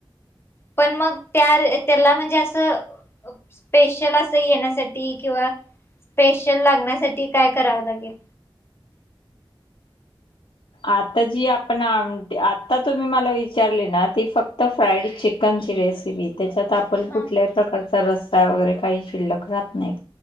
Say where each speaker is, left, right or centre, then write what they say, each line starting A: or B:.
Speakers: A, on the left; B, on the left.
A: पण मग त्या रे त्याला म्हणजे असं स्पेशल असं येण्यासाठी किंवा स्पेशल लागण्यासाठी काय करावं लागेल?
B: आता जी आपणआमटी आता तुम्ही मला विचारले ना ती फक्त फ्राईड चिक कनची रेसिपी त्याच्यात आपल
A: हा
B: कुठल्याही प्रकारचा रस्ता वगैरे काही शिल्लक राहत नाही